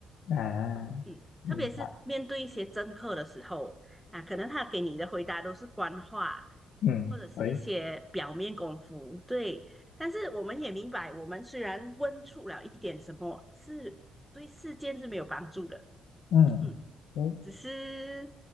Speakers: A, on the left; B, in the centre.
A: 嗯啊，
B: 嗯，
A: 明白，
B: 特别是面对一些政客的时候啊，可能他给你的回答都是官话，
A: 嗯，
B: 或者是一些表面功夫。
A: 喂，
B: 对，但是我们也明白，我们虽然问出了一点什么，是对事件是没有帮助的。
A: 嗯，
B: 嗯，
A: 喂，
B: 只是